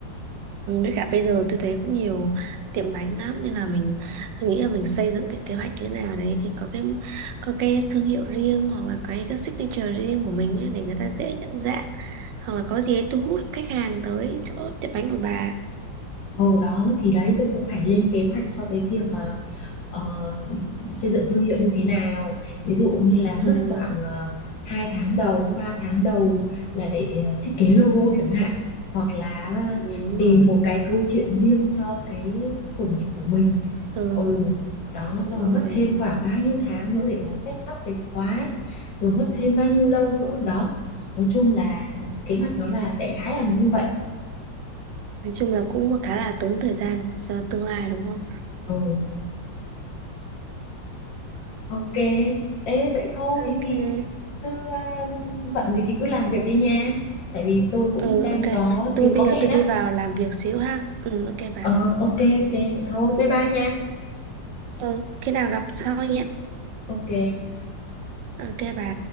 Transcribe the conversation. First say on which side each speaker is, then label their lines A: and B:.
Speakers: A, on the right; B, on the left.
A: Ừ, Với cả bây giờ tôi thấy cũng nhiều tiệm bánh lắm nên là mình nghĩ là mình xây dựng cái kế hoạch như thế nào đấy thì có cái có cái thương hiệu riêng hoặc là cái cái signature riêng của mình ấy, để người ta dễ nhận dạng hoặc là có gì đấy thu hút khách hàng tới chỗ tiệm bánh của bà
B: Ồ đó thì đấy tôi cũng phải lên kế hoạch cho cái việc ờ, ờ, xây dựng thương hiệu như thế nào ví dụ như là mất
A: ừ,
B: khoảng uh, 2 tháng đầu hay 3 tháng đầu là để ờ, thiết kế logo chẳng hạn hoặc là
A: ừ đúng
B: tìm
A: rồi
B: một cái câu chuyện riêng cho cái khởi nghiệp của mình
A: ừ
B: Ồ, đó
A: đúng
B: xong
A: rồi
B: rồi mất thêm khoảng bao nhiêu tháng nữa để mà set up cái khóa rồi mất thêm bao nhiêu lâu nữa đó nói chung là kế hoạch nó là đại khái là như vậy
A: nói chung là cũng khá là tốn thời gian cho tương lai đúng không
B: ừ. ok ê vậy thôi
A: ok
B: thì, thì cứ um, bận gì thì cứ làm việc đi nha tại vì tôi cũng
A: ừ
B: đang
A: ok
B: có
A: tôi
B: xíu
A: bây
B: có hẹn
A: giờ tôi
B: á
A: đi vào làm việc xíu ha ừ ok bà
B: ờ ok ok vậy thôi bye bye nha
A: ừ khi nào gặp sau nhé
B: ok
A: ok bà